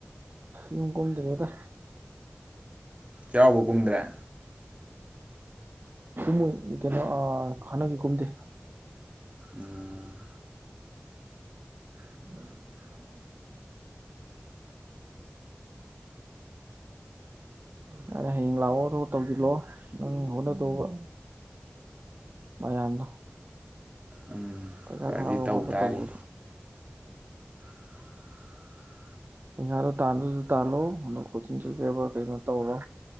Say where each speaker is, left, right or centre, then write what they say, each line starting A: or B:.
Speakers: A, on the right; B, on the right.
A: ꯌꯨꯝ ꯀꯨꯝꯗ꯭ꯔꯦꯗ
B: ꯆꯩꯔꯥꯎ ꯀꯨꯝꯗ꯭ꯔꯦ
A: ꯁꯨꯝꯃꯣꯏ <inaudible> ꯀꯩꯅꯣ ꯈꯥꯟꯅꯒꯤ ꯀꯨꯝꯗꯦ
B: ꯎꯝ
A: <inaudible> ꯌꯥꯔꯦ ꯍꯌꯦꯡ ꯂꯥꯛꯑꯣ ꯑꯗꯨꯒ ꯇꯧꯂꯤꯜꯂꯣ ꯅꯪ ꯍꯣꯠꯅꯗꯧꯕ ꯃꯌꯥꯝꯗꯣ
B: ꯎꯝ
A: ꯄꯩꯈꯥ
B: ꯈꯔꯗꯤ
A: ꯊꯥꯕ
B: ꯇꯧ
A: ꯈꯣꯠꯄ
B: ꯇꯥꯔꯤ
A: ꯇꯧꯕꯗꯣ
B: <inaudible>
A: ꯄꯩꯁꯥꯗꯣ ꯇꯥꯟꯗꯁꯨ ꯇꯥꯜꯂꯣ ꯑꯗ ꯀꯣꯆꯤꯡ ꯀꯕꯥ ꯀꯩꯅꯣ ꯇꯧꯔ